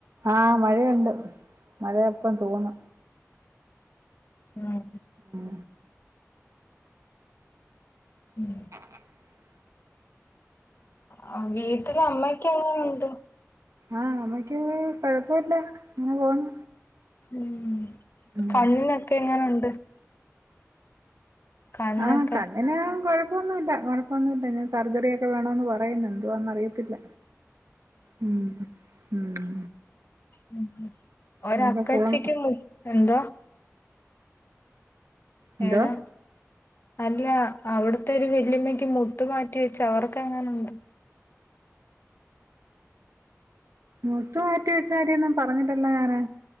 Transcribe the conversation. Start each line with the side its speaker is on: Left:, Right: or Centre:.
Right: ആഹ മഴയുണ്ട് മഴയ എപ്പ തോന്ന
Left: ഉം
Right: ഉം
Left: ഉം
Right: <unintelligible>
Left: ആ വീട്ടില അമ്മക്ക് എങ്ങനെുണ്ട്
Right: ആഹ അമ്മക്ക് കൊഴപ്പുല്ല അങ്ങനെ പോണ്
Left: ഉം
Right: ഉം
Left: കണ്ണിനൊക്കെ എങ്ങനുണ്ട് <unintelligible> കണ്ണൊക്കെ
Right: ആഹ കണ്ണിന് കൊഴ കൊഴപ്പൊന്നുല്ല കൊഴപ്പൊന്നുല്ല സർജറിയ ഒക്കെ വേണോന്ന് പറയുന്നു എന്തോന്നാ അറിയത്തില്ല ഉ ഉം
Left: ഉം ഉം ഒര
Right: അങ്ങനൊക്കെ
Left: അക്കച്ചിക്ക്
Right: പോണ്
Left: എന്തോ
Right: എന്തോ
Left: ഏതാ അല്ല അവിടത്തെ ഒരു വെല്ലിയമ്മക്ക് മുട്ട് മാറ്റി വെച്ച് അവർക്ക അങ്ങനുണ്ട്
Right: മുട്ട് മാറ്റി വെച്ചകാര്യൊന്നും പറഞ്ഞിട്ടില്ല ഞാന്